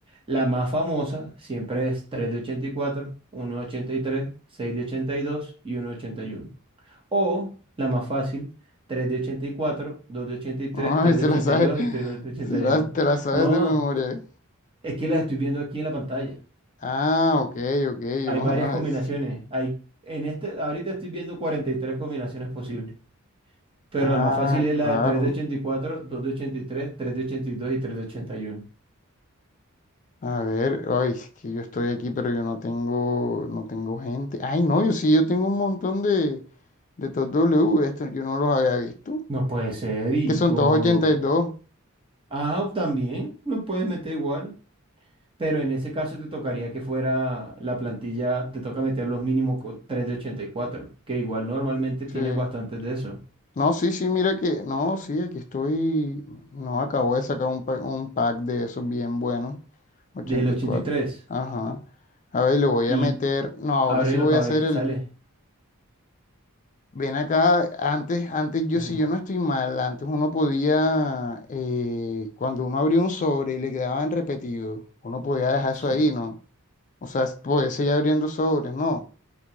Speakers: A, on the right (about 25°); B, on the left (about 35°).
A: La más famosa siempre es 3 de 84, uno de 83, 6 de 82 y dos y uno de 81. O la más fácil, 3 de 84, 2 de 83,
B: Ay,
A: tres tres
B: se
A: de 82
B: la sabe, <laughs>
A: y dos y tres de 81.
B: se la- te la sabes
A: No,
B: de memoria.
A: es que las estoy viendo aquí en la pantalla.
B: Ah, ok, ok,
A: Hay
B: yo. <laughs> Ah,
A: varias combinaciones.
B: es-
A: Hay, en este, ahorita estoy viendo 43 combinaciones posibles. Pero
B: ah,
A: la más fácil es
B: claro.
A: la de 3 de 84, 2 de ochenta y tres, tres de ochenta y dos y tres de ochenta y uno.
B: A ver, ay, es que yo estoy aquí, pero yo no tengo, no tengo gente. Ay, no, yo sí, yo tengo un montón de, de estos W, estos yo no los había visto.
A: No puede ser. Y
B: Que son
A: como...
B: todos ochenta y dos?
A: Ah, también lo puedes meter igual. Pero en ese caso te tocaría que fuera la plantilla, te toca meter los mínimos co- 3 de 84, que igual normalmente
B: sí.
A: tienes bastantes de eso,
B: No, sí, sí, mira que, no, sí, aquí estoy, no, acabo de sacar un, pa- un pack de esos bien buenos, ochenta
A: del 83.
B: y cuatro Ajá. A ver, le voy
A: Y
B: a meter,
A: tres. Y
B: no, ahora
A: ábrelo
B: sí voy
A: para
B: a hacer
A: ver qué
B: el,
A: sale.
B: ven acá, antes, antes yo,
A: Ujú,
B: si yo no estoy mal, antes uno podía, eh, cuando uno abría un sobre y le quedaban repetidos, uno podía dejar
A: Sí.
B: eso ahí, ¿no? O sea, podía seguir abriendo sobres, ¿no?